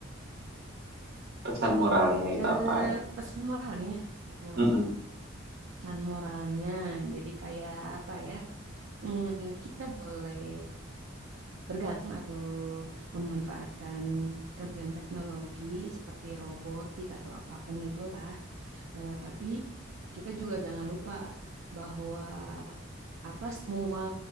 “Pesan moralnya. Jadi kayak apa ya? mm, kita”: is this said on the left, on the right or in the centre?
Right